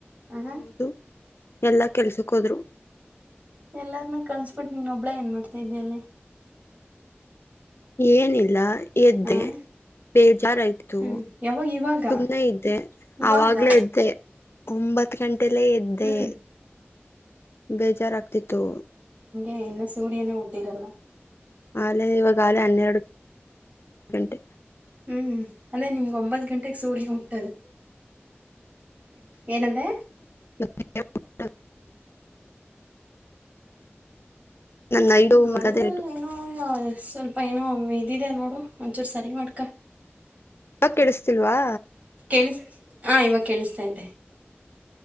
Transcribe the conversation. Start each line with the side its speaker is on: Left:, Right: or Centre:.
Right: ಹಾಂ
Left: ಹೌದು ಎಲ್ಲಾ ಕೆಲ್ಸಕ್ಕ ಹೋದ್ರು.
Right: ಎಲ್ಲಾರ್ನ್ನ ಕಳ್ಸಸ್ಬಿಟ್ಟು ನೀನ್ ಒಬ್ಳೆ ಏನ್ ಮಾಡ್ತಿದ್ದಿಯಾ ಅಲ್ಲಿ.
Left: ಏನಿಲ್ಲ ಎದ್ದೆ
Right: ಹಾಂ
Left: ಬೇಜಾರಾಯ್ತು
Right: ಹ್ಞೂ ಯಾವಾಗ ಇವಾಗ
Left: ಸುಮ್ನೆ ಇದ್ದೆ
Right: ಇವಾಗ
Left: ಅವಾಗ್ಲೇ ಎದ್ದೆ ಒಂಬತ್ ಗಂಟೆಲ್ಲೇ ಎದ್ದೆ
Right: ಹ್ಞೂ
Left: ಬೇಜಾರಾಗ್ತಿತ್ತು.
Right: ಎ ಇನ್ನು ಸೂರ್ಯನೂ ಹುಟ್ಟಿರಲ್ಲ.
Left: ಆಲೇ ಇವಾಗಾಲೇ ಹನ್ನೆರಡು ಗಂಟೆ.
Right: ಹ್ಮ್ ಅದೇ ನಿಮ್ಗ ಒಂಬತ್ತು ಗಂಟೆಗ ಸೂರ್ಯ ಹುಟ್ಟದು. ಏನಂದೇ
Left: <unintelligible> ನನ್ನ ಐಡು
Right: ಧ್ವನಿಯಲ್ಲಿ
Left: ಮಗದೇ ಇಟು
Right: ಏನೋ ಸ್ವಲ್ಪ ಏನೋ ಇದಿದೆ ನೋಡು ಒಂಚೂರು ಸರಿ ಮಾಡ್ಕ.
Left: ಇವಾಗ ಕೆಳಸ್ತಿಲ್ವಾ?
Right: ಕೇಳಿಸ ಹಾಂ ಇವಾಗ ಕೇಳಿಸ್ತೈತೆ.